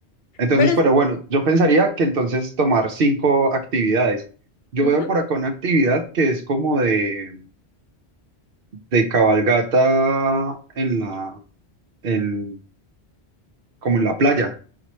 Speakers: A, on the right; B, on the left.
A: Entonces,
B: Pero,
A: pero
B: es-
A: bueno, yo pensaría que entonces tomar cinco actividades. Yo
B: ujú.
A: veo por acá una actividad que es como de, de cabalgata en la, en, como en la playa.